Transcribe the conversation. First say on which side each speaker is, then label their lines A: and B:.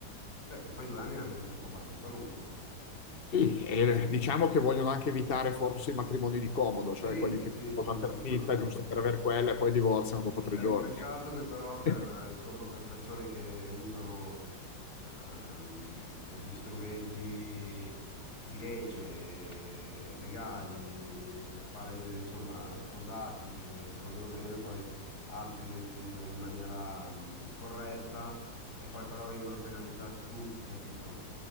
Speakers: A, on the left; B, on the left.
A: eh, che poi due anni è anche un tempo abbastanza lungo.
B: Sì, e diciamo che vogliono anche evitare forse i matrimoni di comodo,
A: Sì,
B: cioè quelli che
A: sì,
B: si sposano
A: sì, sì,
B: per finta,
A: quello sì.
B: giusto per avere quella, e poi divorziano dopo tre
A: È
B: giorni.
A: un peccato
B: eh.
A: che però per,
B: <laughs>
A: eh, insomma, per persone che usano ehm, degli strumenti di legge eh, legali per fare insomma, sposati che si vogliono bene, poi altri le utilizzano in maniera mh, scorretta e poi però vengono penalizzati tutti, capito?